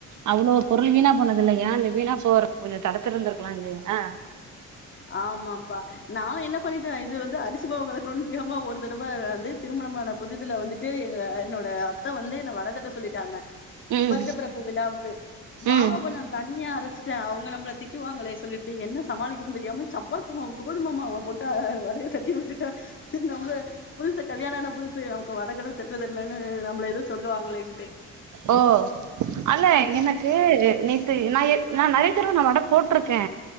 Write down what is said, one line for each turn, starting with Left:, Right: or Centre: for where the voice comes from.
Right: அவ்ளோ பொருள் வீணா போனது இல்லையா இல்ல வீணா போற கொஞ்சொ தடுத்து இருந்திருக்கலா இல்லையா
Left: ஆமாப்பா நா என்ன பண்ணிட்டே இது வந்து அரிசி மாவ கலக்குனுன் தெரியாம ஒரு தடவ வந்து திருமணமான புதுசுல வந்துட் டு இது என்னோட அத்த வந்து என்ன வட தட்ட சொல்லிட்டாங்க
Right: ம்
Left: வருட பிறப்பு விழாவுக்கு மாவ
Right: ம்
Left: கொஞ்சொ தண்ணியா அரச்சுட்டே அவங்க நம்மள திட்டுவாங்களே சொல்லிப்ட்டு என்ன சமாளி க்றதுன் தெரியாம சப்பாத்தி மாவ கோதும மாவ போட்டு அ வடய தட்டி வுட்டுட்டே நம்மள புதுசு கல்யாணான புதுசு நமக்கு வடக்கிட தட்ட தெர்லன்னு நம்மள எதுவு சொல்லுவாங்களேன்ட்டு
Right: ஓ அல்ல எனக்கு நேத் து நா எ நா நெறைய தடவ நா வட போட்டுருக்கே